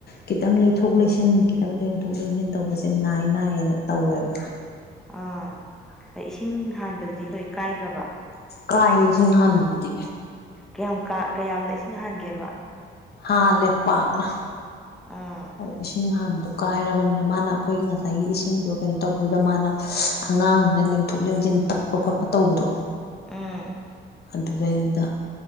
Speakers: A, on the left; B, in the centre.
A: ꯈꯤꯇꯪ ꯂꯩꯊꯣꯛ ꯂꯩꯁꯤꯟ ꯈꯤꯇꯪ ꯂꯦꯡꯊꯣꯛ ꯌꯦꯡꯁꯤꯟ ꯇꯧꯕꯁꯦ ꯅꯥꯏ ꯅꯥꯏꯌꯦꯅ ꯇꯧꯋꯦꯕ
B: ꯑꯥ ꯏꯁꯤꯡ ꯍꯥꯟꯕꯗꯗꯤ ꯂꯣꯏ ꯀꯥꯏꯈ꯭ꯔꯕ
A: ꯀꯥꯏꯔꯦ ꯏꯁꯤꯡ ꯍꯥꯟꯕꯗꯨꯗꯤ
B: ꯀꯌꯥꯝ ꯀꯌꯥꯝꯅ ꯏꯁꯤꯡ ꯍꯥꯟꯒꯦꯕ
A: ꯍꯥꯥ ꯂꯦꯞ ꯄꯥꯅ
B: ꯑꯥ
A: ꯑꯗꯣ ꯏꯁꯤꯡ ꯍꯥꯟꯕꯗꯣ ꯀꯥꯏꯔꯕꯅꯤꯅ ꯃꯥꯅ ꯑꯩꯈꯣꯏꯒꯤ ꯉꯁꯥꯏꯒꯤ ꯏꯁꯤꯡꯗꯣ ꯀꯩꯅꯣ ꯇꯧꯕꯗꯨꯗ ꯃꯥꯅ ꯑꯉꯥꯡꯁꯤꯅ ꯂꯦꯡꯊꯣꯛ ꯂꯦꯡꯁꯤꯟ ꯇꯛꯄ ꯈꯣꯠꯄ ꯇꯧꯕꯗꯣ
B: ꯎꯝ
A: ꯑꯗꯨꯗꯩꯗꯨꯗ